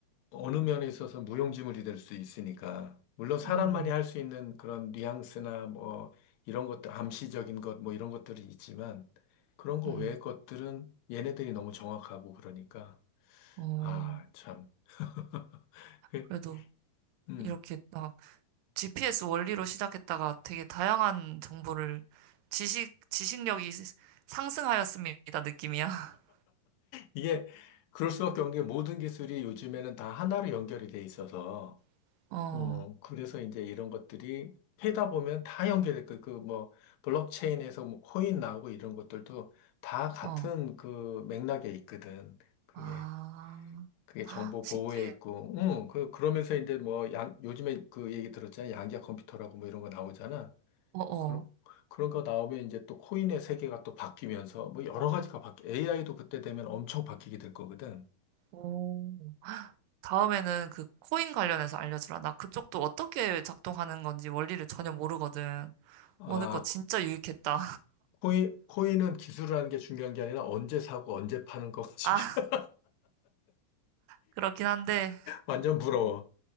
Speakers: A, on the left; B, on the right.
A: 어느 면에 있어서 무용지물이 될 수 있으니까. 물론 사람만이
B: 음.
A: 할 수 있는 그런 뉘앙스나 뭐 이런 것들, 암시적인 것 뭐 이런 것들이 있지만 그런 거
B: 음.
A: 외의 것들은 얘네들이 너무 정확하고 그러니까
B: 어.
A: 아, 참. <laughs> 그,
B: 그래도
A: 음.
B: 이렇게 막 GPS 원리로 시작했다가 되게 다양한 정보를 지식 지식력이 상승하였습니다 느낌이야.
A: 이게 그럴 수밖에 없는 게 모든 기술이 요즘에는 다 하나로 연결이 돼 있어서
B: <laughs> 어.
A: 음, 그래서 이제 이런 것들이 해다 보면 다 연결될 거, 그 뭐, 블록체인에서 뭐, 코인 나오고 이런 것들도 다 같은
B: 어.
A: 그 맥락에 있거든. 그게,
B: 아. <gasps>
A: 그게
B: 아,
A: 정보
B: 신기해.
A: 보호에 있고, 음 그, 그러면서 이제 뭐, 양, 요즘에 그 얘기 들었잖아. 양자 컴퓨터라고 뭐 이런 거 나오잖아.
B: 어, 어.
A: 그런, 그런 거 나오면 이제 또 코인의 세계가 또 바뀌면서 뭐 여러 가지가 바뀌, AI도 그때 되면 엄청 바뀌게 될 거거든.
B: 오. 다음에는 그 코인 관련해서 알려주라. 나 그쪽도 어떻게 작동하는 건지 원리를 전혀 모르거든.
A: 아,
B: 오늘 거 진짜 유익했다.
A: 코인, 코인은 기술을 하는 게 중요한 게 아니라 언제 사고 언제 파는 거 <laughs>
B: 아, <laughs> 그렇긴 한데,
A: 완전 부러워.